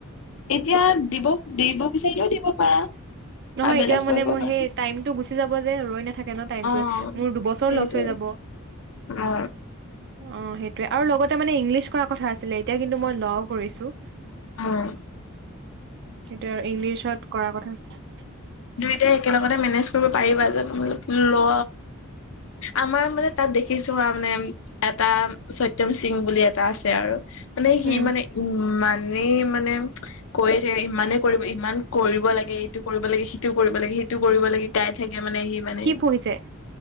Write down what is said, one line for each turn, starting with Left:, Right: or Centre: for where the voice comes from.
Left: এতিয়া দিব দিব বিচাৰিলেও দিব পাৰা আৰু
Right: নহয়
Left: বেলেগ
Right: এতিয়া মানে
Left: পঢ়িব
Right: মোৰ
Left: পাৰা।
Right: সেই টাইমটো গুচি যাব যে ৰৈ নাথাকে টাইমটোৱে
Left: অ
Right: মোৰ দুবছৰ
Left: সেইটোৱে
Right: লছ হৈ যাব
Left: অ
Right: অহ সেইটোৱে আৰু লগতে মানে ইংলিছ কৰা কথা আছিলে এতিয়া কিন্তু মই ল কৰিছো
Left: অঁ
Right: সেইটোয়ে আৰু ইংলিছত কৰাৰ কথা আছিলে।
Left: দুয়োটাই একেলগতে মেনেজ কৰিব পাৰিবা জানো ল আমাৰ মানে তাত দেখিছো মানে এটা সত্যম সিং বুলি এটা আছে আৰু মানে সি
Right: উম
Left: মানে ইমান ইমানেই মানে কৈ থাকে ইমানে কৰিব ইমান কৰিব লাগে এইটো কৰিব লাগে সিটো কৰিব লাগে সিটো কৰিব লাগে গাই থাকে মানে সি মানে
Right: কি পঢ়িছে